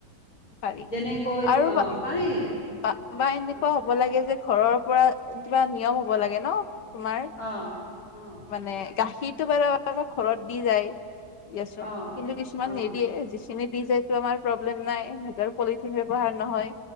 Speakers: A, on the left; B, on the left.
A: পাৰি
B: যেনেকৈ
A: আৰু
B: অঁ
A: বা
B: পাৰিল
A: - বা এনেকুৱা
B: অঁ
A: হ'ব লাগে যে ঘৰৰ পৰা কিবা নিয়ম হ'ব লাগে ন। তোমাৰ,
B: অঁ অঁ
A: মানে গাখীৰটো বাৰু ঘৰত দি যায়। দিয়াচোন
B: অঁ
A: কিন্তু কিছুমান
B: অঁ
A: নিদিয়ে, যিখিনি দি যায়টো আমাৰ প্ৰব্লেম নাই। সিহঁতৰ পলিথিন ব্যৱহাৰ নহয়,